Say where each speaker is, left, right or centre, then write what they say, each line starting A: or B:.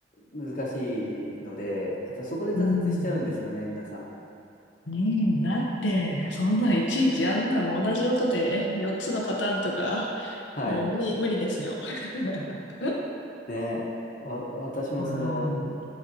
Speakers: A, on the left (about 45°); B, on the left (about 80°).
A: 難しいので、やっぱそこで挫折しちゃうんですよね、
B: うん。
A: 皆さん。
B: うん、だって、そんなんいちいちあんなもん同じ音で4つのパターンとか、
A: はい。
B: もう無理、無理ですよ。<laughs>
A: ね、わ、私もその、
B: うん。